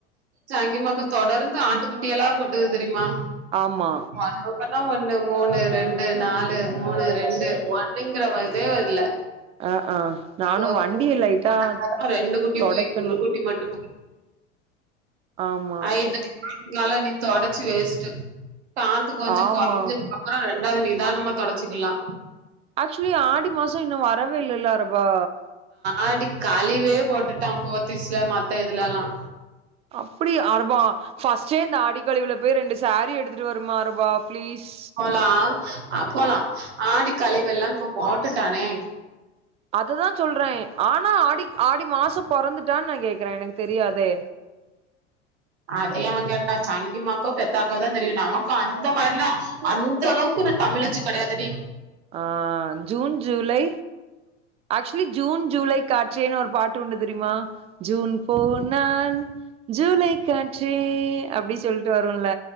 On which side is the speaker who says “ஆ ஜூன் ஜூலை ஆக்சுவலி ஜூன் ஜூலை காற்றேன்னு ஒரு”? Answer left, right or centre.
Right